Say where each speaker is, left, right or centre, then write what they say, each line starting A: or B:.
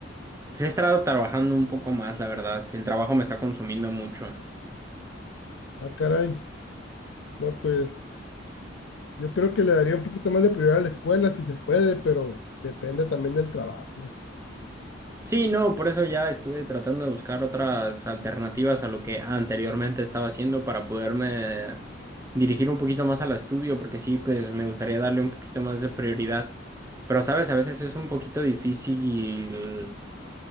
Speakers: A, on the right; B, on the left.
A: pues, he estado trabajando un poco más, la verdad. El trabajo me está consumiendo mucho.
B: Ah, caray. No, pues yo creo que le daría un poquito más de prioridad a la escuela si se puede, pero depende también del trabajo.
A: Sí, no, por eso ya estuve tratando de buscar otras alternativas a lo que anteriormente estaba haciendo para poderme dirigir un poquito más al estudio, porque sí, pues me gustaría darle un poquito más de prioridad. Pero sabes, a veces es un poquito difícil.